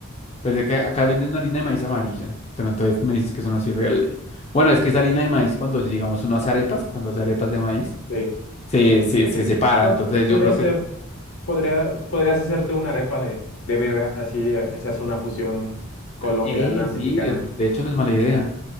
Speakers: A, on the left; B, on the left.
A: pues es que acá venden una harina de maíz amarilla. Pero entonces me dices que eso no sirve. El- Bueno, es que esa harina de maíz, cuando digamos uno hace arepas, cuando hace arepas de maíz,
B: Sí.
A: se, se,
B: Pues
A: se
B: sí,
A: separa.
B: pod-
A: Entonces
B: podría
A: yo creo
B: ser.
A: que. el-
B: Podría, podrías hacerte una arepa de, de birria, así eh, se hace una fusión colombiana,
A: Eh, sí,
B: mexicana.
A: es- de hecho no es mala idea.